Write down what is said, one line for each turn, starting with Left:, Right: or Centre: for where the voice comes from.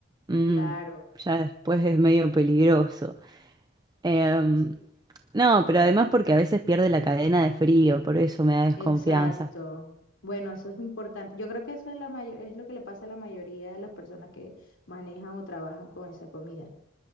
Right: mm,
Left: claro,
Right: ya después es medio peligroso. Em,
Left: sí,
Right: no, pero además porque a veces pierde la cadena de frío, por eso me da desconfianza.
Left: exacto. Bueno, eso es muy importante. Yo creo que eso es la mayo- es lo que le pasa a la mayoría de las personas que manejan o trabajan con esa comida